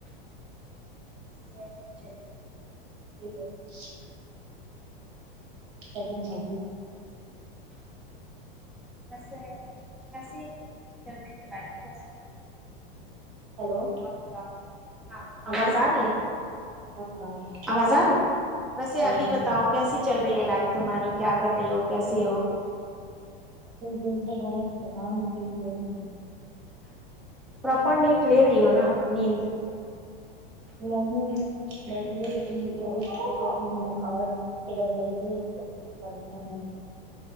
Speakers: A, in the centre; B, on the right.
A: سچ می
B: جی سیکنڈ فار
A: بس کسی چل رہی ہے لائ مت
B: ہیلو
A: اور بتاؤ ہاں
B: ہیلو
A: آواز آ رہی ہے
B: ہاں جی
A: آواز آ رہی ویسے ابھی
B: جی
A: بتاؤ کیسی چل رہی ہے لائف تمہاری کیا کر رہی ہو کیسی ہو
B: اس دن سے بہت تھکان فیل ہو رہی ہے
A: پرپر نیٹ لے رہی ہو نا نیند
B: نہیں بیتی ہے اور تھوڑا جلدی پڑتا ہے